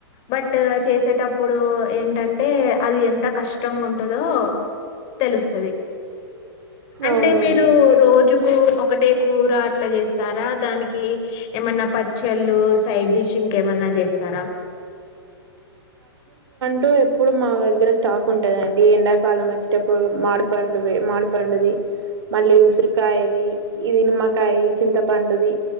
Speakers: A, on the left; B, on the right.
A: బట్ చేసేటప్పుడు ఏంటంటే అది ఎంత కష్టంగా ఉంటదో తెలుస్తది అంటే
B: అవునండి
A: మీరు రోజుకు ఒకటే కూర అట్లా చేస్తారా దానికి ఏమన్నా పచ్చళ్ళు సైడ్ డిష్ ఇంక ఏమన్నా చేస్తారా
B: డు ఎప్పుడు మా దగ్గర స్టాక్ ఉంటదండి ఎండాకాలం వచ్చేటప్పుడు మామీడి పండు మామీడి పండుది మళ్ళీ ఉసిరికాయది ఇది నిమ్మకాయ చింతపండుది